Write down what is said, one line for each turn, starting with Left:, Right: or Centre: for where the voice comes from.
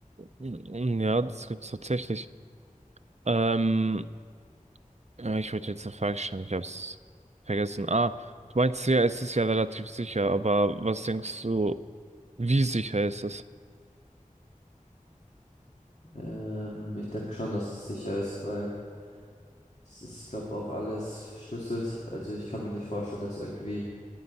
Right: Mm, Ja, das gibt's tatsächlich. Ähm, äh, ich wollte jetzt eine Frage stellen, ich hab's vergessen. Ah, du meinst ja, es ist ja relativ sicher, aber was denkst du, wie sicher ist es?
Left: Ähm, ich denke schon, dass es sicher ist, weil das ist, glaube auch alles verschlüsselt. Also ich kann mir nicht vorstellen, dass irgendwie